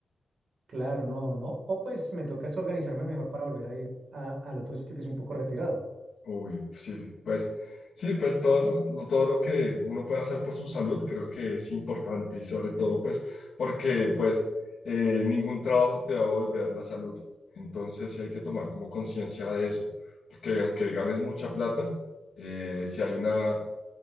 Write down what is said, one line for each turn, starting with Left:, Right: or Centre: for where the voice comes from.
Right: Claro, no, no. O pues me toca es organizarme mejor para volver a ir a- al otro sitio que es un poco retirado.
Left: Uy, pues sí, pues sí, pues todo lo, lo- todo lo que uno puede hacer por su salud creo que es importante y sobre todo pues porque pues eh, ningún trabajo te va a volver la salud. Entonces sí hay que tomar como conciencia de eso, porque aunque ganes mucha plata, eh, si hay una